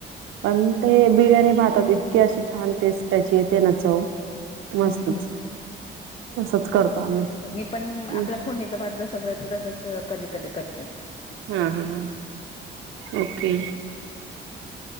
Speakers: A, on the right (about 80°); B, on the left (about 30°).
A: पण ते बिर्याणी भातात इतकी अशी छान टेस्ट त्याची तेे ना चव.
B: हम्म
A: मस्तच
B: हम्म हम्म
A: तसच करतो आम्ही
B: मी पण आपलं
A: हम्म.
B: फोडणीचा भात जसं करते तसच कधी कधी करत.
A: हा हा हा ओके.